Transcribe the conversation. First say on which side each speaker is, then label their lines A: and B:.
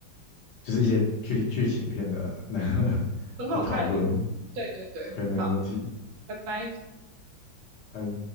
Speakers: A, on the left; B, on the right.
A: 就是一些剧剧情片的那个 <laughs>
B: 很好看。
A: 的讨论。
B: 对对对，
A: OK，没有问题。
B: 好，拜拜。
A: 哎，